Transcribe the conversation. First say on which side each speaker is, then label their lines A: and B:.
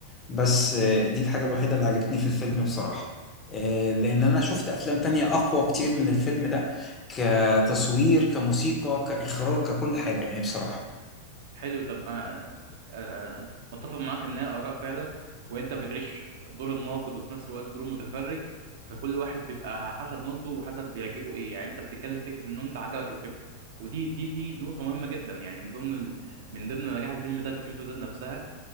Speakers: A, on the left (about 20°); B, on the right (about 55°).
A: بس آه، دي الحاجة الوحيدة اللي عجبتني في الفيلم بصراحة آه، لأن أنا شفت أفلام تانية أقوى كتير من الفيلم ده كتصوير كموسيقى كإخراج ككل حاجة يعني بصراحة
B: حلو طب ما آه، آه، متفق معاك ان هي اراء فعلا وانت بتعيش دور الناقد وفي نفس الوقت دور المتفرج فكل واحد بيبقى حسب نقده وحسب بيعجبه ايه يعني انت بتتكلم في فكره ان انت عجبك الفكره ودي دي دي نقطه مهمه جدا يعني من ضمن ال... من ضمن نجاح الفيلم ده فكرته ذات نفسها